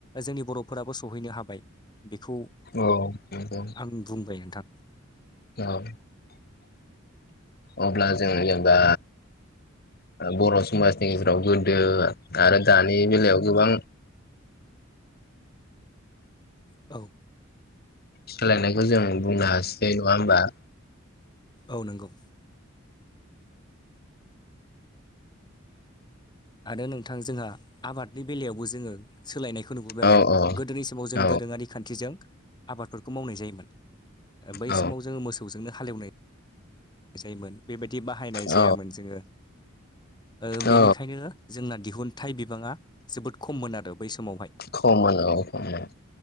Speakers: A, on the left; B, on the left.
A: जोंनि बर'फोराबो सहैनो हाबाय बेखौ
B: अ नंगौ
A: आं बुंबाय नोंथां
B: औ अब्ला जों जेनेबा बर' समाजनि गेजेराव गोदो आरो दानि बेलायाव गोबां
A: औ
B: सोलायनायखौ जों बुंनो हासै नङा होमबा
A: औ नोंगौ आरो नोंथां जोंहा आबादनि बेलायावबो जोङो सोलायनायखौ नुबोबाय
B: औ
A: आरो गोदोनि समाव जों
B: औ
A: दोरोङारि खथिजों आबादफोरखौ मावनाय जायोमोन बै
B: औ
A: समाव जोङो मोसौजोंनो हाल एवनाय जायोमोन बेबायदि बाहायनाय जायामोन
B: औ
A: जोङो ओ बेनि
B: औ
A: जोंना दिहुनथाइ बिबाङा जोबोद खममोन आरो बै समावहाय
B: खममोन औ खममोन